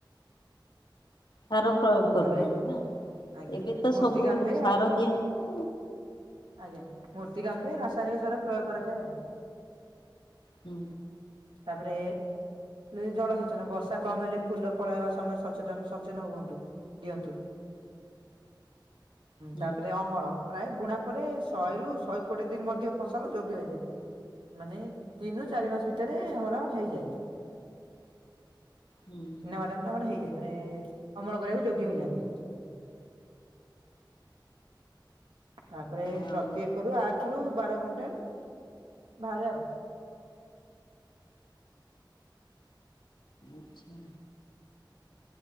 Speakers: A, on the left (about 70°); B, on the right (about 85°).
A: ସାର ପ୍ରୟୋଗ କରୁଛନ୍ତି
B: ତାପରେ
A: ନା,
B: ଆଜ୍ଞା
A: ଏବେ ତ
B: ମୂର୍ତ୍ତିକା
A: ସବୁ
B: ଅନୁଯାୟୀ
A: ସାର ଦିଆହଉଛି
B: ଆଜ୍ଞା ମୂର୍ତିକା ଅନୁଯାୟୀ ରାସାୟନିକ ସାର ପ୍ରୟୋଗ କରାଯାଏ ଆଉ।
A: ହୁଁ।
B: ତାପରେ ଏ ଜଳସେଚନ ବର୍ଷା କମ ହେଲେ ଫୁଲ ଫଳ ହେବା ସମୟରେ ସଚେତନ ସଚେନ ହୁଅନ୍ତୁ। ଦିଅନ୍ତୁ
A: ହୁଁ।
B: ତାପରେ ଅମଳ। ପ୍ରାୟ ବୁଣା ପରେ ଶହେରୁୁ ଶହେ କୋଡିଏ ଦିନ ମଧ୍ୟ ଫସଲ ଯୋଗ୍ୟ ହେଇଯାଏ। ମାନେ ତିନରୁ ଚାରି ମାସେ ଭିତରେ ଆମର ହେଇଯାଏ।
A: ହୁଁ
B: ଚିନାବାଦାମ
A: ହୁଁ
B: ଟା ଆମର ହେଇଯାଏ ମାନେ ଅମଳ କରିବାକୁ ଯୋଗ୍ୟ ହେଇଯାନ୍ତି। ତାପରେ
A: ଆଉ
B: ପ୍ରତି ଏକର ରୁ ଆଠ ରୁ ବାର କୁଇଣ୍ଟାଲ ବାହାରେ ଆଉ।
A: ଆଛା।